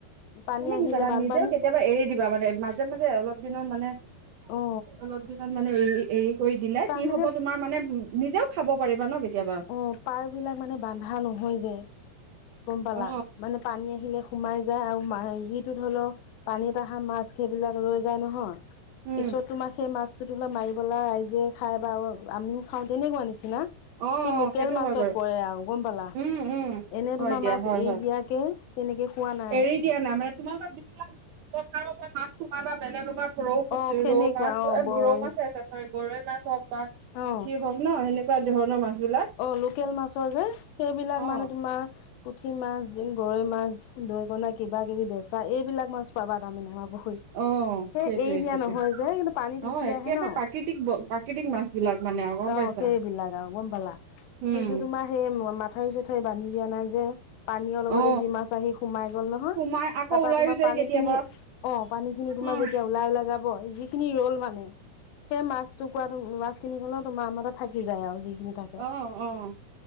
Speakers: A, on the left; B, on the right.
A: পানী
B: মানে
A: আহিলে
B: কি জানা
A: বানপানী
B: নিজেও কেতিয়াবা এৰি দিবা মানে মাজে মাজে অলপ দিনত মানে
A: অ
B: অলপ দিনত মানে এৰি এৰি কৰি দিলে
A: তাৰমানে
B: কি হব তোমাৰ মানে নিজেও খাব পাৰিবা ন কেতিয়াবা
A: অ পাৰ বিলাক মানে বন্ধা নহয় যে গম পালা
B: অ
A: মানে পানী আহিলে সোমাই যায় আৰু মা যিটো ধৰি লোৱা পানীত অহাৰ মাছ সেইবিলাক ৰৈ যায় নহয়
B: উম
A: পিছত তোমাৰ সেই মাছ সেইটো ল মাৰিবেলাই ৰাইজে খায় বা আমিও খাওঁ তেনেকুৱা নিচিনা
B: অ
A: সেইটো লোকেল মাছত
B: হয় বাৰু
A: পৰে আৰু গম পালা
B: উম উম
A: এনে
B: হয়
A: তোমাৰ
B: দিয়া
A: মাছ
B: হয়
A: এৰি
B: হয়
A: দিয়াকে তেনেকে খোৱা নাই
B: এৰি দিয়া নাই মানে তোমালোকৰ যিবিলাক পথাৰৰ পৰা মাছ সোমাই বা বেলেগৰ পৰা ৰৌ পু
A: অ সেনেকুৱা
B: ৰৌ মাছ
A: অ বই
B: ৰৌ মাছ আছে চৰি গৰৈ মাছ হওক বা
A: অ
B: পুঠি হওক ন সেনেকুৱা ধৰণৰ মাছ বিলাক
A: অ লোকেল মাছৰ যে সেইবিলাক
B: অ
A: মানে তোমাৰ পুঠি মাছ গৰৈ মাছ দৈকণা কিবা কিবি বেচা এইবিলাক মাছ পাবা তাৰ মানে আমাৰ পুখুৰীত সেই
B: অ সেইটোয়ে
A: এৰি দিয়া
B: সেইটোয়ে
A: নহয় যে কিন্তু পানীত
B: অ
A: উটি
B: একেবাৰে
A: আহে ন
B: প্ৰাকৃতিক প্ৰাকৃতিক মাছ বিলাক মানে আৰু গম
A: আহ
B: পাইছা
A: সেইবিলাক আৰু গম পালা কিন্তু
B: উম
A: তোমাৰ সেই মাথাউৰি চাথাউৰি বান্ধি দিয়া নাই যে পানীয়ৰ লগতে
B: অ
A: যি মাছ আহি সোমাই গ'ল নহয়
B: সোমাই আকৌ
A: তাৰ পৰা
B: ওলাইও
A: তোমাৰ
B: যায়
A: পানী
B: কেতিয়াবা
A: খিনি অ পানী খিনি তোমাৰ
B: উম
A: যেতিয়া ওলাই ওলাই যাব যিখিনি ৰ'ল মানে সেই মাছতটো কোৱা মাছখিনি ধৰি লোৱা তোমাৰ মানে থাকি যায় আৰু যি নি থাকে
B: অ অ'